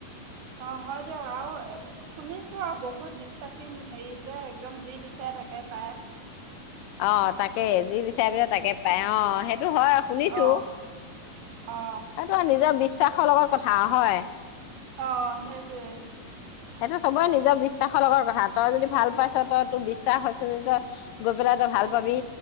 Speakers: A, on the right (about 65°); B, on the left (about 80°).
A: -অ হয় দিয়ক আৰু এ শুনিছো আৰু বহুত বিশ্বাসী হেৰি যে একদম যি বিচাৰে তাকে পাই।
B: অ 'তাকে যি বিচাৰ বুলে তাকে পায়। পায় অ সেই সেইটো হয় শুনিছো
A: অ অ
B: এইটো নিজৰ বি বিশ্বাসৰ লগত কথা হয়।
A: অ' সেইটোৱে
B: সেইটো চবৰে নিজৰ নিজৰ বিশ্বাসৰ লগত কথা তই যদি ভাল পাইছ তই তোক বিশ্বাস হৈছে যদি তই গৈ পেলাই তই ভাল পাবি।